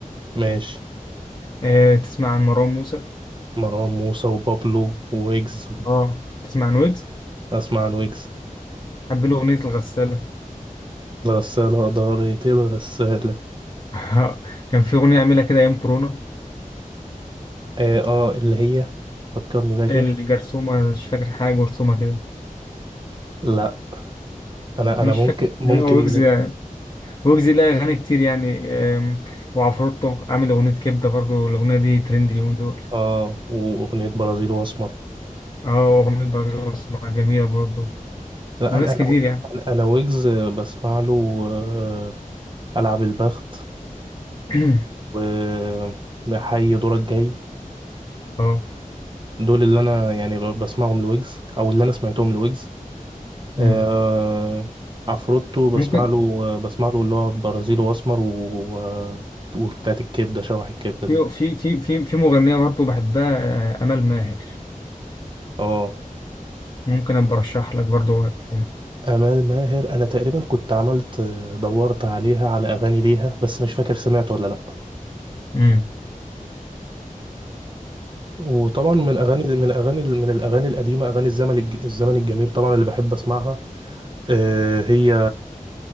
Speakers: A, on the right (about 35°); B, on the left (about 30°).
A: ماشي
B: آه تسمع عن مروان موسى
A: مروان موسى وبابلو ويجز و-
B: اه تسمع عن ويجز
A: اسمع عن ويجز
B: بحب له أغنية الغسالة
A: الغسالة دارت الغسالة
B: <laughs> كان في أغنية عاملها كده أيام كورونا
A: اه, آه اللي هي فكرني بقى كده
B: الجرثومة مش فاكر حاجة جرثومة كده
A: لا انا
B: مش
A: انا ممكن
B: فاكر
A: ممكن
B: يعني هو ويجز
A: من
B: ويجز ليه أغاني كتير يعني أم، وعفروتو عامل أغنية كبدة برضو الأغنية دي ترند اليومين دول
A: اه واغنيه برازيل واسمر
B: اه أغنية برازيل الأسمر جميلة برضو
A: لا
B: وناس
A: انا انا
B: كتير يعني
A: انا أنا ويجز بسمع له آه، العب البخت
B: <clears throat>
A: و حي دورك جاي
B: اه
A: دول اللي انا يعني ب- بسمعهم لويجز او اللي انا سمعتهم لويجز
B: مم.
A: آه، عفروتو بسمع
B: ممكن
A: له بسمع له اللي هو برازيل واسمر و... وبتاعت الكبده شوح الكبده دي
B: في في في في في مغنية برضو بحبها آه، أمل ماهر
A: اه
B: ممكن أبقى أرشح لك برضو وقت تاني
A: امال ماهر انا تقريبا كنت عملت دورت عليها على اغاني ليها بس مش فاكر سمعت ولا لا
B: مم.
A: وطبعا من اغاني من اغاني من الاغاني القديمه اغاني الزمن الج- الزمن الجميل طبعا اللي بحب اسمعها آه، هي